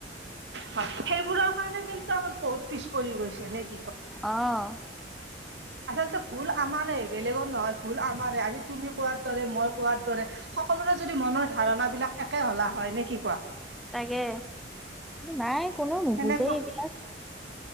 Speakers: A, on the right (about 70°); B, in the centre.
A: হয় সেইবোৰৰ কাৰণে কিন্তু আমাৰ বহুত পিছ পৰি গৈছে নেকি।
B: অহ।
A: আচলতে ভুল আমাৰে বেলেগৰ নহয়। ভুল আমাৰে আজি তুমি কোৱাৰ দৰে মই কোৱাৰ দৰে সকলোৰে যদি মনৰ ধাৰণা বিলাক একে হলা হয় নে কি কোৱা
B: তাকে নাই কোনে নুবুজেই
A: সেনেকুৱা
B: এইবিলাক